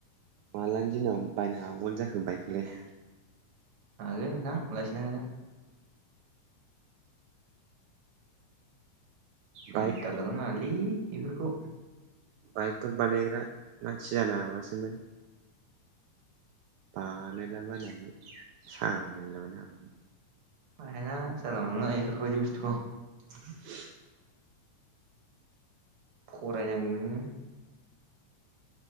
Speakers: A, on the right; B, on the right.
A: मालानि दिनाव बायनो हाबावगोन जाखो बाइकखौलाय?
B: हागोन नोंथां लासैनो हागोन। सेनथा
A: बाइक
B: खालामनाङालै बिफोरखौ।
A: बाइकफोर बानायग्रा मानसि जानो हाबासोमोन। बानायला बायनानै सालायलाबायनो हागौमोन।
B: हायाना जानला मोनला एफोरबादि बुस्थुखौ।
A: <unintelligible>
B: फरायनांगोन नोङो।